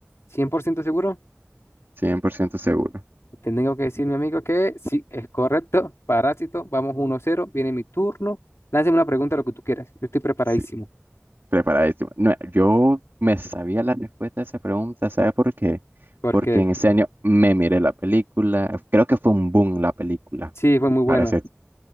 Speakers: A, on the left (about 65°); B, on the right (about 50°).
A: cien por ciento seguro?
B: cien por ciento seguro.
A: Te tengo que decir, mi amigo, que sí, es correcto. Parásito, vamos uno cero viene mi turno. Lánzame una pregunta, lo que tú quieras. Yo estoy preparadísimo,
B: Sí, preparadísimo. No, yo me sabía la respuesta a esa pregunta, ¿sabes por qué?
A: porque
B: Porque en ese año me miré la película. Creo que fue un boom la película.
A: sí, fue muy buena,
B: Para ese